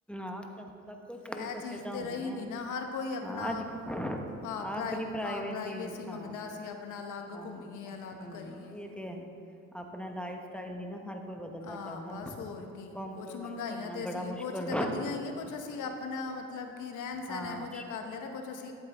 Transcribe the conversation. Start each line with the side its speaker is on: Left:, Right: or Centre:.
Centre: ਆਹ ਸਭ ਸਭ ਕੁਛ ਕਈ
Left: ਇਹ
Centre: ਬੱਚਤਾਂ
Left: ਚੀਜ਼ ਤੇ
Centre: ਹੁੰਦੀਆਂ
Left: ਰਹੀ ਨੀ ਨਾ। ਹਰ ਕੋਈ ਆਪਣਾ
Centre: ਹਾਂ ਅੱਜ ਹਾਂ
Left: ਆਹ ਪ੍ਰਾਈ
Centre: ਆਪਣੀ
Left: ਪ੍ਰਾਈਵੇਸੀ ਮੰਗਦਾ
Centre: ਹਾਂ
Left: ਅਸੀਂ ਆਪਣਾ ਅਲੱਗ
Centre: ਹਾਂ
Left: ਘੁੰਮੀਏ ਅਲੱਗ
Centre: ਹਮ
Left: ਕਰੀਏ।
Centre: ਇਹ ਤੇ ਐ ਆਪਣਾ ਲਾਈਫ ਸਟਾਈਲ ਨਹੀਂ ਨਾ ਹਰ ਕੋਈ ਬਦਲਣਾ
Left: ਹਾਂ
Centre: ਚਾਹੁੰਦਾ
Left: ਬਸ ਹੋਰ ਕੀ
Centre: ਕੰਪ੍ਰੋਮਾਈਜ਼
Left: ਕੁਛ ਮਹਿੰਗਾਈਆਂ
Centre: ਕਰਨਾ
Left: ਤੇ
Centre: ਬੜਾ
Left: ਅਸੀਂ
Centre: ਮੁਸ਼ਕਿਲ
Left: ਕੁਛ ਤੇ
Centre: ਹੈ।
Left: ਵਧੀਆ ਕੁੱਛ ਅਸੀਂ ਆਪਣਾ ਮਤਲਬ ਕਿ ਰਹਿਣ ਸਹਿਣ
Centre: ਹਾਂ
Left: ਇਹੋ ਜਿਹਾ ਕਰ ਲਿਆ ਤਾਂ ਕੁੱਛ ਅਸੀ